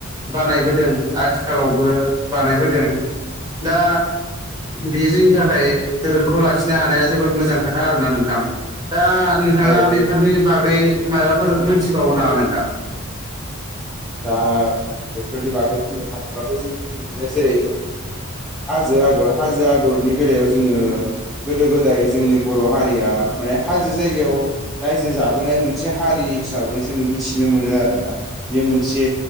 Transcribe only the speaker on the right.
बानायबोदों आथिखालावबो बानायबोदों दा बे जोंनि थाखाय धोरोमखौ खौ लाखिनो हानाया जोबोद मोजां खोथा आरोना नोंथां दा नोंथाङा
बेफोरनि
बागै माबाफोर मोनथिबावो नामा नोंथां?